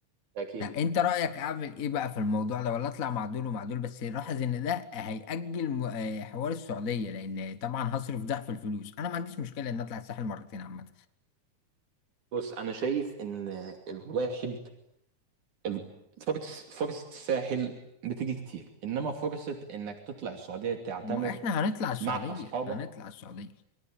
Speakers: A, on the right (about 70°); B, on the left (about 50°).
A: اكيد
B: لا انت رأيك اعمل ايه بقى في الموضوع ده ولا اطلع مع دول ومع دول بس لاحظ ان ده هيأجل م- آه، حوار السعودية لان طبعا هصرف ضعف الفلوس انا ما عنديش مشكلة ان اطلع الساحل مرتين عامة
A: بص انا شايف ان الواحد ال- فرص فرصه الساحل بتيجي كتير انما فرصه انك تطلع السعوديه تعتمر
B: ما هو احنا هنطلع السعودية
A: مع اصحابك
B: هنطلع السعودية